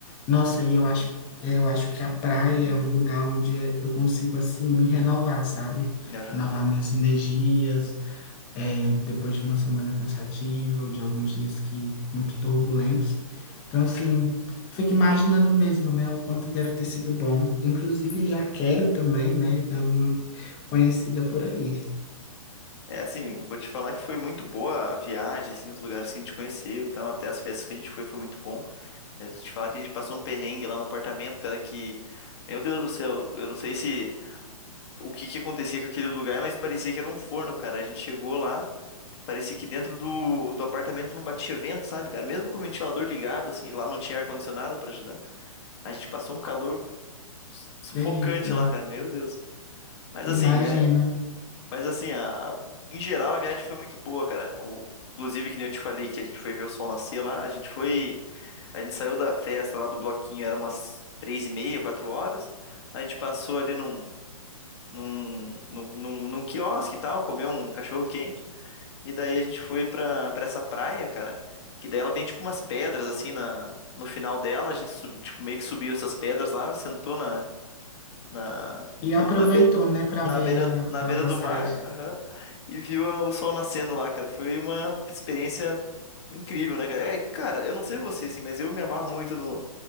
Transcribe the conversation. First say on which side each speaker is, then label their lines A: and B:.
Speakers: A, on the left (about 25°); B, on the left (about 45°).
A: Nossa, e eu acho, eu acho que a praia é um lugar onde eu consigo, assim, me renovar, sabe?
B: Aham.
A: Renovar minhas energias, é, depois de uma semana cansativa ou de alguns dias que muito turbulentos. Então, assim, fico imaginando mesmo, né, o quanto deve ter sido bom. Inclusive, já quero também, né, dar uma conhecida por aí.
B: É, assim, vou te falar que foi muito boa a viagem, assim, os lugares que a gente conheceu e tal, até as festas que a gente foi, foi muito bom. Mas vou te falar que a gente passou um perrengue lá no apartamento, cara, que, meu Deus do céu, eu não sei se, o que que acontecia com aquele lugar, mas parecia que era um forno, cara. A gente chegou lá. Parecia que dentro do, do apartamento não batia vento, sabe, cara? Mesmo com o ventilador ligado, assim, lá não tinha ar-condicionado pra ajudar. A gente passou um calor su- sufocante
A: Eita,
B: lá, cara. Meu Deus. Mas assim,
A: imagina.
B: é, mas assim, a, a- em geral a viagem foi muito boa, cara. O, inclusive, que nem eu te falei que a gente foi ver o sol nascer lá, a gente foi, a gente saiu da festa lá do bloquinho, era umas três e meia, quatro horas. A gente passou ali num, num, num, num, num quiosque e tal, comeu um cachorro quente. E daí a gente foi pra, pra essa praia, cara. Que daí ela tem tipo umas pedras assim na, no final dela. A gente sub- tipo, meio que subiu essas pedras lá, sentou na, na,
A: E
B: <laughs>
A: aproveitou,
B: na, be-
A: né, para
B: na
A: ver
B: beira,
A: a,
B: na
A: a
B: beira
A: passagem.
B: do mar, aham, e viu a- o sol nascendo lá, cara. Foi uma experiência incrível, né, cara? É, cara, eu não sei você, assim, mas eu me amarro muito no,